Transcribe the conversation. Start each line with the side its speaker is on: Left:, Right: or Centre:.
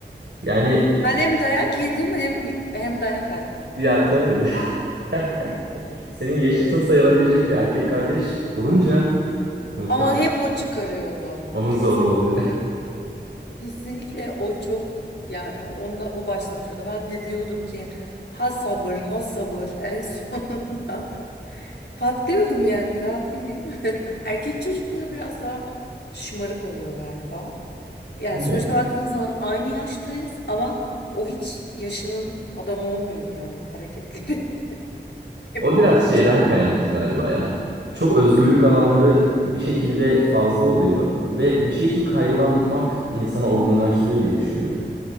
Right: Yani
Left: Ben hem dayak yedim hem hem dayak attım.
Right: ya tabii. <laughs> Senin yaşıtın sayılabilecek bir erkek kardeş olunca muhtemelen
Left: Ama hep o çıkarıyordu.
Right: onun
Left: Kesinlikle,
Right: zorbalığı. <laughs>
Left: kesinlikle o çok ya onda o başlatıyordu. Ben de diyordum ki ha sabır ha sabır en sonunda. <laughs> Patlıyordum yani ne yapayım. <laughs> Erkek çocukları biraz daha şımarık oluyor galiba. Yani
Right: Evet.
Left: sonuçta baktığınız zaman aynı yaştayız ama o hiç yaşının adamı olmuyordu yani hareketleri <laughs> hep
Right: O
Left: daha
Right: biraz
Left: küçük.
Right: şeyden kaynaklı galiba ya. Çok özgürlük alanları bir şekilde fazla oluyor ve bir şey için kaygılanmak insanı olgunlaştırıyor diye düşünüyorum.